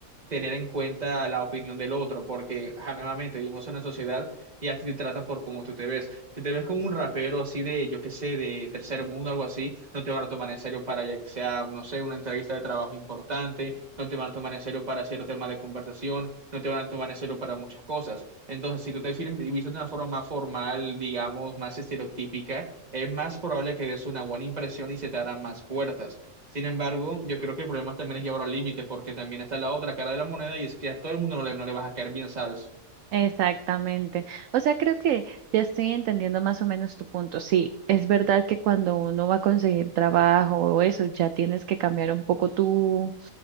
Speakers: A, on the right; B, on the right.
A: tener en cuenta la opinión del otro, porque ajá, nuevamente vivimos en una sociedad y a ti te tratan por cómo tú te ves. Si te ves como un rapero así de, yo qué sé, de tercer mundo, algo así, no te van a tomar en serio para ya que sea, no sé, una entrevista de trabajo importante, no te van a tomar en serio para cierto tema de conversación, no te van a tomar en serio para muchas cosas. Entonces, si tú te fir- vistes de una forma más formal, digamos, más estereotípica, es más probable que des una buena impresión y se te abran más puertas. Sin embargo, yo creo que el problema también es llevarlo al límite, porque también está la otra cara de la moneda y es que a todo el mundo no le, no le vas a caer bien, ¿sabes?
B: exactamente. O sea, creo que ya estoy entendiendo más o menos tu punto. Sí, es verdad que cuando uno va a conseguir trabajo o eso, ya tienes que cambiar un poco tú